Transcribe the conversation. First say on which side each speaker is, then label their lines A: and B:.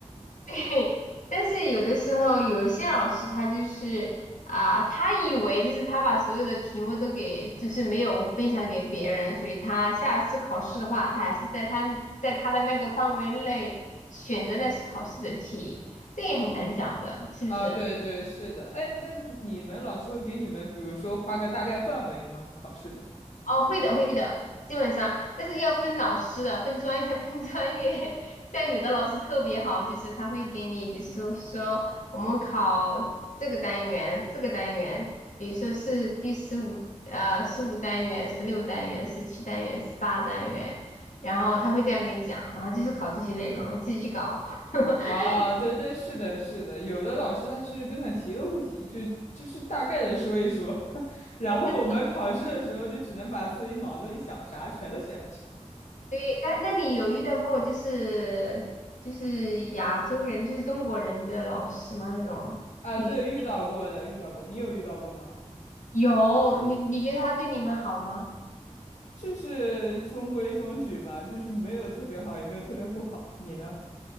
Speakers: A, on the left; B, on the left.
A: <laughs> 但是有的时候，有一些老师他就是啊、他以为就是他把所有的题目都给，就是没有分享给别人，所以他下次考试的话，他还是在他在他的那个范围内选择那些考试的题，这也很难讲的，是不是？
B: 啊，对对，是的。哎，那你们老师会给你们，比如说画个大概范围吗？考试的。
A: 哦，会的，会的，基本上，但是要分老师的，分专业，<laughs> 分专业。像有的老师特别好，就是他会给你，就是说我们考这个单元，这个单元，比如说是第十五呃十五单元、十六单元、十七单元、十八单元，然后他会这样给你讲，然后就是考这些内容，你自己去搞。<laughs> 哎
B: 啊，对对，是的，是的。有的老师他是根本提都不提，就就是大概的说一说，<laughs> 然后我们考试的时候就只能把自己脑子里想啥全都写上去。
A: 这对，那那你有遇到过就是就是亚洲人，就是中国人的老师吗？这种？
B: 啊，
A: 你？
B: 对，遇到过的，遇到过。你有遇到过吗？
A: 有，你你觉得他对你们好吗？
B: 就是中规中矩吧，就是没有特别好，也没有特别不好。你呢？